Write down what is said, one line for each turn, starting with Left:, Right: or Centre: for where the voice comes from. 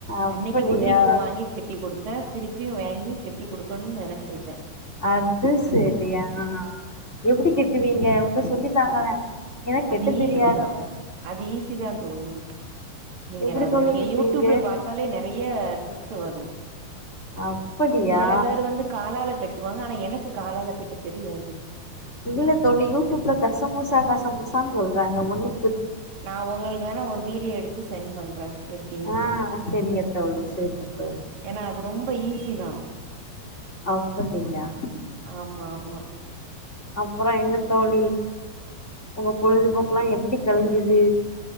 Left: அப்படியா
Right: அன்னைக்கு உதிரி பூ வாங்கி கெட்டி கொடுத்தே திருப்பியு வாங்கி கட்டி கொடுக்கணும்னு நெனைச்சிருக்கே
Left: அது சரி ஆஹ் எப்படி கெட்டுவீங்க வந்து சொல்லி தாங்களே எனக்கு கெட்ட
Right: அது
Left: தெரியாது
Right: ஈசி தா அது ஈசி தான் தோழி நீங்க
Left: எப்டி
Right: அது
Left: தோழி
Right: நீங்க
Left: கெட்டுவீங்க
Right: யூடியூப்ல பாத்தாலே நெறைய ட்ரிப் ஆச வரு
Left: அப்படியா
Right: செல பேரு வந்து காலால கட் கட்டுவாங்க ஆனா எனக்கு காலால கட்ட தெரியாது
Left: இல்ல தோழி யூடியூப்ல கசமோசா கசமோசான்னு சொல்றாங்க ஒன்னு
Right: நா உங்களுக்கு வேணா ஒரு வீடியோ எடுத்துஸ் செண்ட் பண்ற எப்டின்னு
Left: ஆ செரிங்க தோழி செரிங்க தோழி
Right: ஏன்னா அது ரொம்ப ஈஸி தா
Left: அப்படியா
Right: ஆமா ஆமா
Left: அப்பறம் என்ன தோழி உங்க பொழுதுபோக்கு எல்லா எப்படி கழிஞ்சிது